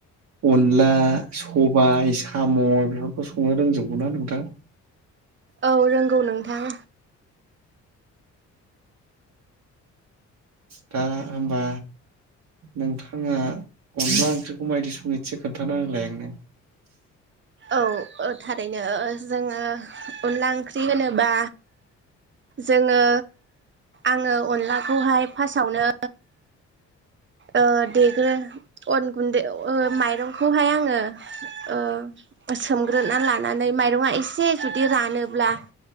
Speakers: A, on the right; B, on the right.
A: अनला सबाइ साम' बेफोरखौ संनो रोंजोबगौना नोंथां
B: औ रोंगौ नोंथां
A: दा होमबा नोंथाङा अनला ओंख्रिखौ मायदि सङो एसे खोन्थाना होलाय आंनो
B: औ ओ थारैनो जोङो अनला ओंख्रि होनोबा जोङो आङो अनलाखौहाय फार्स्टआवनो ओ देग्रो अन गुन्दै ओ माइरंखौहाय आङो ओ सोमग्रोना लानानै माइरङा एसे जुदि रानोब्ला